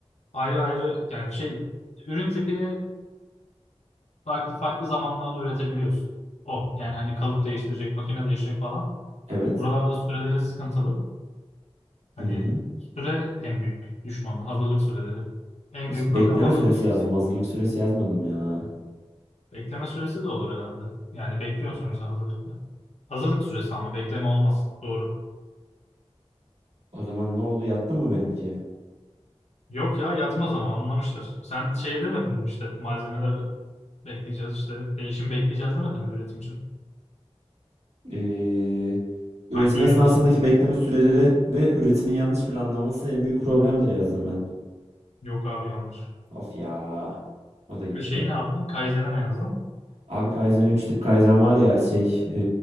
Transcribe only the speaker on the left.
ayrı ayrı yani şey ürün tipini farklı farklı zamanlarda üretebiliyorsun. O yani hani kalıp değiştirecek, makine değiştirecek falan.
Buralarda süreleri sıkıntılı. Hani
süre en büyük düşmanı, hazırlık süreleri. En
büyük problem
hazırlık
süresiydi.
Bekleme süresi de olur herhalde. Yani bekliyorsun sonuçta hazırlıkta. Hazırlık süresi ama bekleme olmaz. Doğru.
Yok ya yatmaz ama anlamıştır. Sen şey demedin mi işte malzemeler bekleyeceğiz işte değişim bekleyeceğiz demedin mi üretim için?
Farklı ürün
için.
Yok abi yanlış.
Ve şeyi ne yaptın? Kaizen'e ne yazdın?